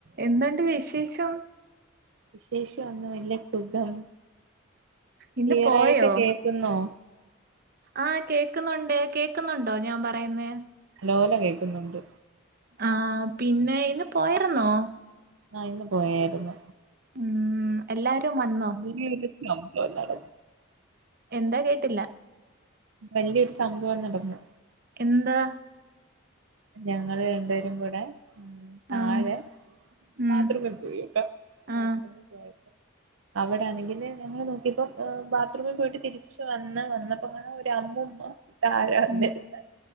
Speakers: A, on the right (about 45°); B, on the right (about 70°).
A: എന്തുണ്ട് വിശേഷം
B: വിശേഷം ഒന്നും ഇല്ല സുഖം
A: ഇന്ന്
B: ക്ലിയർ
A: പോയോ
B: ആയിട്ട് കേൾക്കുന്നോ
A: ആഹ് കേക്കുന്നുണ്ട് കേക്കുന്നുണ്ടോ ഞാൻ പറയുന്നേ
B: നല്ലോ ല കേൾക്കുന്നുണ്ട്
A: ആഹ് പിന്നെ ഇന്ന് പോയരുന്നോ
B: ആഹ് ഇന്ന് പോയായിരുന്നു
A: ഉം എല്ലാരും വന്നോ
B: വലിയൊരു സംഭവം നടന്നു
A: എന്താ കേട്ടില്ല
B: വലിയൊരു സംഭവം നടന്ന്
A: എന്താ
B: ഞങ്ങളൾ രണ്ടുപേരും കൂടെ ഉം താഴെ
A: ആഹ് ഉം
B: ബാത്റൂമിൽ പോയിട്ടോ ബാത്റൂമിൽ
A: ആഹ്
B: പോയി അവിടെണെങ്കില് ഞങ്ങളൾ നോക്കിപ്പം ബാത്റൂമിൽ പോയിട്ട് തിരിച്ച് വന്ന് വന്നപ്പോ കാണാം ഒരു അമ്മുമ്മ താഴെ വന്നിരുന്ന്
A: ഉം